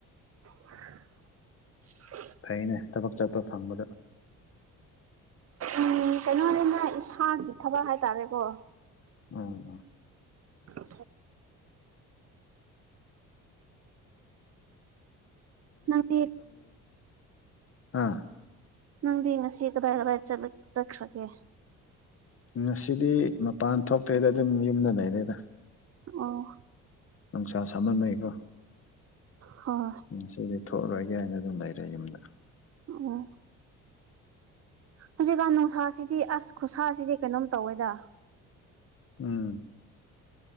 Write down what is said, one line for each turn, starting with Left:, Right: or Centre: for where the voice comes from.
Right: <inaudible>
Left: ꯐꯩꯅꯦ ꯊꯕꯛ ꯆꯠꯄ ꯐꯪꯕꯗ
Right: ꯎꯝ ꯀꯩꯅꯣ ꯍꯥꯏꯔꯦ ꯃꯥ ꯏꯁꯥꯒꯤ ꯊꯕꯛ ꯍꯥꯏꯇꯥꯔꯦꯀꯣ
Left: ꯎꯝ
Right: ꯔꯤ ꯅꯪ
Left: ꯑꯥ
Right: ꯅꯪꯗꯤ ꯉꯁꯤ ꯀꯗꯥꯏ ꯀꯗꯥꯏ ꯆꯠꯈ꯭ꯔꯒꯦ
Left: ꯉꯁꯤꯗꯤ ꯃꯄꯥꯟ ꯊꯣꯛꯇ꯭ꯔꯦꯗ ꯑꯗꯨꯝ ꯌꯨꯝꯗ ꯂꯩꯔꯦꯗ
Right: ꯑꯣ
Left: ꯅꯨꯡꯁꯥ ꯁꯥꯃꯟꯅꯩꯀꯣ
Right: ꯍꯣꯏ
Left: ꯉꯗꯤ ꯊꯣꯛꯂꯔꯒꯦ ꯍꯥꯏꯅ ꯑꯗꯨꯝ ꯂꯩꯔ ꯂꯩꯗ
Right: ꯑꯣ ꯍꯧꯖꯤꯛꯀꯥꯟ ꯅꯨꯡꯁꯥꯁꯤꯗꯤ ꯑꯁ ꯈꯨꯠꯁꯥꯁꯤꯗꯤ ꯀꯩꯅꯣꯝ ꯇꯧꯋꯦꯗ
Left: ꯎꯝ